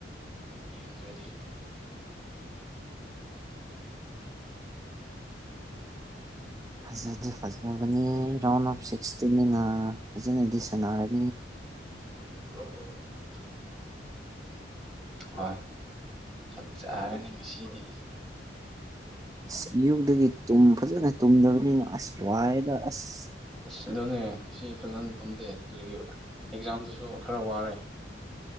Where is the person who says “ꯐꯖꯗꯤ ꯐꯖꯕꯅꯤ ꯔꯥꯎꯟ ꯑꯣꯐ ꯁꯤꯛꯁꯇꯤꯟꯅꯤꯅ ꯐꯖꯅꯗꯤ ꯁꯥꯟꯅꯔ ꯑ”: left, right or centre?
Right